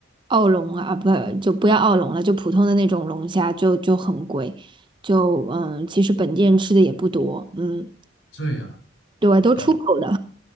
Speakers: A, on the right; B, on the left.
A: 澳龙啊，不就不要澳龙了，就普通的那种龙虾就就很贵，就嗯，其实本地人吃的也不多，嗯，
B: 这样
A: 对，都出口的，
B: 懂了。